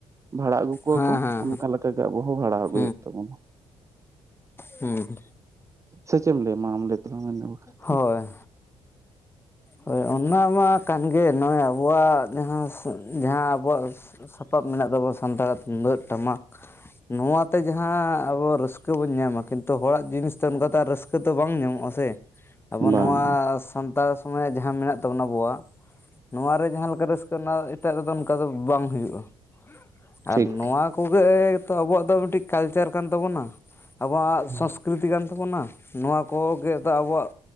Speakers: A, on the right; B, on the left.
A: ᱵᱷᱟᱲᱟ ᱟᱹᱜᱩ ᱠᱚᱣᱟ
B: ᱦᱮᱸ
A: ᱠᱚ
B: ᱦᱮᱸ
A: ᱚᱱᱠᱟᱠᱟ ᱞᱮᱠᱟᱜᱮ ᱟᱵᱚ ᱦᱚᱸ ᱵᱷᱟᱲᱟ ᱟᱹᱜᱩᱭ
B: ᱦᱮᱸ
A: ᱦᱩᱭᱩᱜ ᱛᱟᱵᱚᱱᱟ ᱾
B: ᱦᱩᱸ ᱦᱩᱸ
A: ᱥᱮ ᱪᱮᱫ ᱮᱢ ᱞᱟᱹᱭ ᱢᱟ ᱟᱢ ᱞᱟᱹᱭ ᱛᱟᱞᱟᱝ ᱢᱮ ᱤᱱᱟᱹ ᱵᱟᱠᱷᱟᱨᱟ?
B: ᱦᱳᱭ ᱾ ᱦᱳᱭ ᱚᱱᱟ ᱢᱟ ᱠᱟᱱᱜᱮ ᱱᱚᱜᱼᱚᱭ ᱟᱵᱚᱣᱟᱜ ᱡᱟᱦᱟᱸ ᱡᱟᱦᱟᱸ ᱟᱵᱚᱣᱟᱜ ᱥᱟᱯᱟᱵ ᱢᱮᱱᱟᱜ ᱛᱟᱵᱚ ᱥᱟᱱᱛᱟᱲᱟᱜ ᱛᱩᱢᱫᱟᱜ ᱴᱟᱢᱟᱠ ᱱᱚᱣᱟᱛᱮ ᱡᱟᱦᱟᱸ ᱟᱵᱚ ᱨᱟᱹᱥᱠᱟᱹ ᱨᱟᱹᱥᱠᱟᱹ ᱵᱚᱱ ᱧᱟᱢᱟ ᱠᱤᱱᱛᱩ ᱦᱚᱲᱟᱜ ᱡᱤᱱᱤᱥ ᱛᱮ ᱚᱱᱠᱟᱛᱮ ᱟᱨ ᱨᱟᱹᱥᱠᱟᱹ ᱫᱚ ᱵᱟᱝ ᱧᱟᱢᱚᱜᱼᱟ ᱥᱮ ᱾ ᱟᱵᱚ
A: ᱵᱟᱝ
B: ᱱᱚᱣᱟ ᱥᱟᱱᱛᱟᱲ ᱥᱚᱢᱟᱡ ᱡᱟᱦᱟᱸ ᱢᱮᱱᱟᱜ ᱛᱟᱵᱚᱱᱟ ᱟᱵᱚᱣᱟᱜ ᱱᱚᱣᱟ ᱨᱮ ᱡᱟᱦᱟᱸ ᱞᱮᱠᱟ ᱨᱟᱹᱥᱠᱟᱹ ᱦᱮᱱᱟ-ᱟ, ᱚᱱᱟ ᱮᱴᱟᱜ ᱨᱮᱫᱚ ᱚᱱᱠᱟ ᱫᱚ ᱵᱟᱝ ᱦᱩᱭᱩᱜᱼᱟ ᱾
A: ᱴᱷᱤᱠ
B: ᱟᱨ ᱱᱚᱣᱟ ᱠᱚᱜᱮ ᱛᱚ ᱟᱵᱚᱣᱟᱜ ᱫᱚ ᱢᱤᱫᱴᱤᱡ ᱠᱟᱞᱪᱟᱨ ᱠᱟᱱ ᱛᱟᱵᱚᱱᱟ ᱾ ᱟᱵᱚᱣᱟᱜ
A: ᱦᱩᱸ
B: ᱥᱚᱥ ᱠᱨᱤᱛᱤ ᱠᱟᱱ ᱛᱟᱵᱚᱱᱟ ᱱᱚᱣᱟ ᱠᱚᱜᱮ ᱫᱚ ᱟᱵᱚᱣᱟᱜ